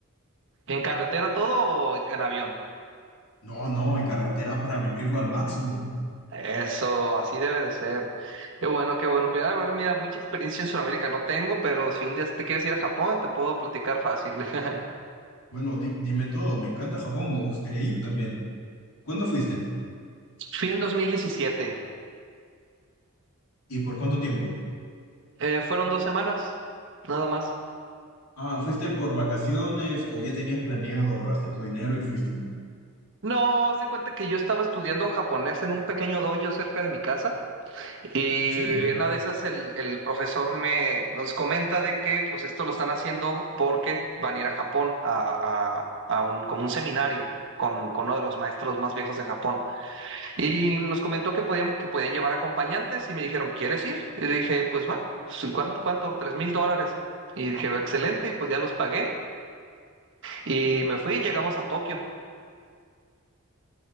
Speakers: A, on the right; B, on the left.
A: ¿En carretera todo o en avión?
B: No, no, en carretera para vivirlo al máximo.
A: Eso, así debe de ser. Qué bueno, qué bueno. Pues a ver, mira, mucha experiencia en Sudamérica no tengo, pero si un día te quieres ir a Japón, te puedo platicar fácil. <laughs>
B: Bueno, di- dime todo, me encanta Japón, me gustaría ir también. ¿Cuándo fuiste?
A: Fui en 2017.
B: ¿Y por cuánto tiempo?
A: Eh, fueron dos semanas, nada más.
B: Ah, ¿fuiste por vacaciones o ya tenías planeado, ahorraste tu dinero y fuiste nomás?
A: No, haz de cuenta que yo estaba estudiando japonés en un pequeño dojo cerca de mi casa y
B: Qué chévere.
A: en una de esas el, el profesor me nos comenta de que pues esto lo están haciendo porque van a ir a Japón a, a- a un como un seminario con, con uno de los maestros más viejos de Japón y nos comentó que podíamos que podían llevar acompañantes y me dijeron ¿quieres ir? Y le dije pues va Sí, ¿cuánto cuánto? Tres mil dólares y dije excelente y pues ya los pagué y me fui y llegamos a Tokio.